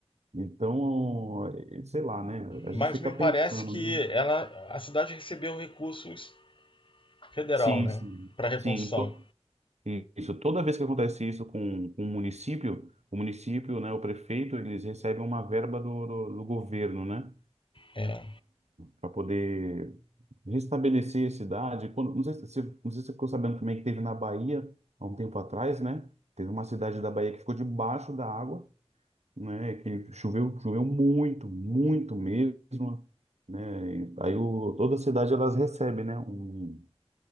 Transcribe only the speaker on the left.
Mas
me parece
que
ela, a cidade recebeu recursos federal,
né?
Para reconstrução.
É.